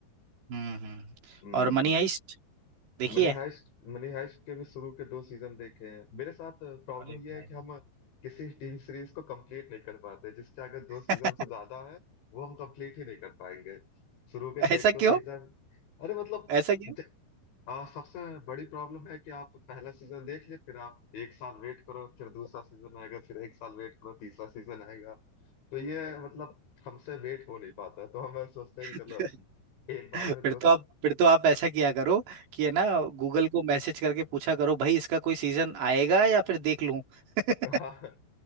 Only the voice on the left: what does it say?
हम्म
मनी हाइस्ट मनी हाइस्ट के भी शुरू के दो सीजन देखे हैं मेरे साथ प्रॉब्लम
यह
है कि हम किसी टीवी सीरीज को कंप्लीट नहीं कर पाते जिसके अगर दो सीजन
से ज्यादा है वो हम कंप्लीट ही नहीं कर पाएंगे शुरू के
एक दो
सीजन अरे मतलब
ज- आ, सबसे बड़ी प्रॉब्लम है कि आप पहला सीजन देख लिए फिर आप एक साल वेट करो फिर दूसरा सीजन आएगा फिर एक साल वेट करो तीसरा सीजन आएगा तो ये मतलब हमसे वेट हो नहीं पाता तो हम सोचते हैं कि
चलो एक बार
में दो
से,
आ, <laughs>